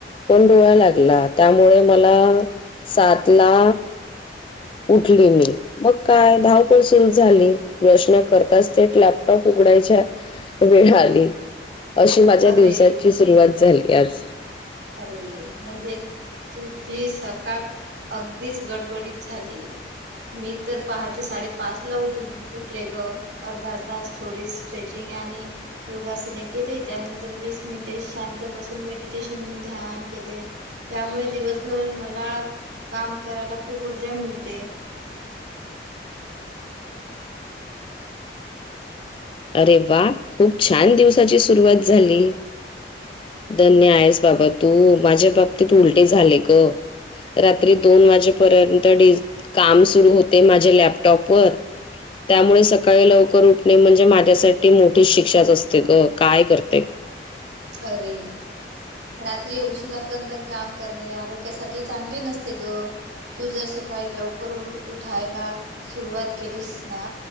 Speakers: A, on the left; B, on the right.
A: पण डोळा लागला त्यामुळे मला सात ला उठली मी मग काय धावपळ सुरू झाली प्रश्न करताच थेट लॅपटॉप उघडायच्या वेळ आली अशी माझ्या
B: अरे
A: दिवसाची सुरुवात झाली आज
B: अरे म्हणजे तुझी सकाळ अगदीच गडबडीत झाली मी तर पहाटे साडेपाच ला उठले उठले ग अर्धा तास थोडी स्ट्रेचिंग आणि योगासने केली त्यानंतर वीस मिनिटे शांत बसून मेडिटेशन ध्यान केले त्यामुळे दिवसभर मला काम करायला खूप ऊर्जा मिळते
A: अरे वा खूप छान दिवसाची सुरुवात झाली धन्य आहेस बाबा तू माझ्या बाबतीत उलटे झाले ग रात्री दोन वाजेपर्यंत डीस काम सुरू होते माझे लॅपटॉपवर त्यामुळे सकाळी लवकर उठणे म्हणजे माझ्यासाठी मोठी शिक्षाच असते ग काय करते
B: अरे रात्री उशिरापर्यंत काम करणे आरोग्यासाठी चांगले नसते ग तू जर सकाळी लवकर उठायला सुरुवात केलीस ना